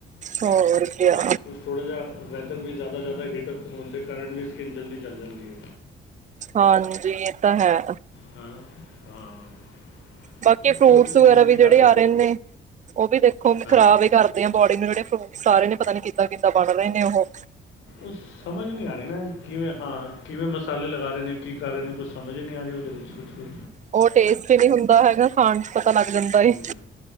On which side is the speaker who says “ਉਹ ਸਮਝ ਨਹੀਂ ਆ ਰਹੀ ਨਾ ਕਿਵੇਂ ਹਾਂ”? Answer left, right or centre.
Left